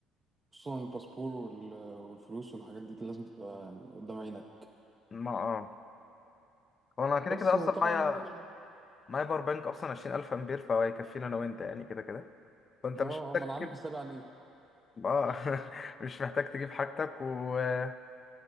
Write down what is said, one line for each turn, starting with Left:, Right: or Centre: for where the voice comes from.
Right: خصوصا الباسبور وال- والفلوس والحاجات دي لازم تبقى يعني قدام عينك
Left: ما اه هو انا كده
Right: بس
Left: كده اصلا
Right: وطبعا
Left: معايا
Right: ال-
Left: معايا باور بانك اصلا 20000 امبير فهو هيكفينا انا وانت يعني كده كده فانت
Right: اه
Left: مش محتاج
Right: آه، ما انا
Left: تجيب
Right: عامل حسابي عليه
Left: اه <laughs> مش محتاج تجيب حاجتك واهم